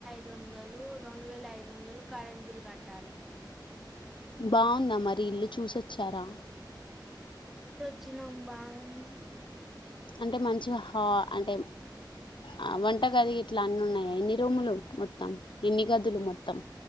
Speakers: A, in the centre; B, on the left.
A: దొందలు రెండు వేల ఐదు వందలు కరెంట్ బిల్ కట్టాలి.
B: బావుందా మరి ఇల్లు చూసొచ్చారా?
A: చ్చినామం బావుంది.
B: అంటే మంచిగా హ అంటే ఆ వంటగది ఇట్లా అన్ని ఉన్నాయ ఎన్ని రూములు? మొత్తం ఎన్ని గదులు మొత్తం